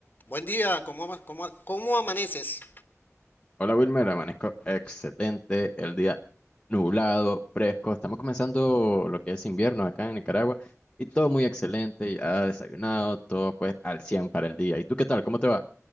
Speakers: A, on the left; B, on the left.
A: Buen día, ¿cómo, cómo, cómo amaneces?
B: Hola Wilmer, amanezco excelente, el día nublado, fresco, estamos comenzando lo que es invierno acá en Nicaragua y todo muy excelente, ya desayunado, todo pues al 100 para el día. ¿Y tú qué tal? ¿Cómo te va?